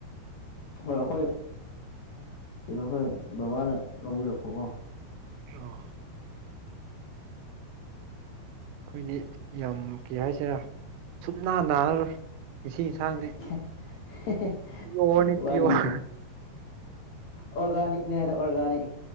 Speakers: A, on the left; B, on the right.
A: ꯍꯣꯏ ꯑꯈꯣꯏ ꯀꯩꯅꯣ ꯈꯣꯏ ꯕꯕꯥꯅ ꯂꯧꯕꯤꯔꯛꯄꯀꯣ
B: ꯑꯣ ꯑꯩꯈꯣꯏꯗꯤ ꯌꯥꯝ ꯀꯩ ꯍꯥꯏꯁꯤꯔꯥ ꯁꯨꯞꯅꯥ ꯅꯥꯔꯔꯣꯏ ꯉꯁꯤ ꯏꯟꯁꯥꯡꯗꯤ
A: <unintelligible>
B: ꯄꯤꯌꯣꯔꯅꯤ
A: ꯋꯥꯔꯤꯁꯦ
B: ꯄꯤꯌꯣꯔ
A: ꯑꯣꯔꯒꯥꯅꯤꯛꯅꯦ ꯍꯥꯏꯗꯣ ꯑꯣꯔꯒꯥꯅꯤꯛ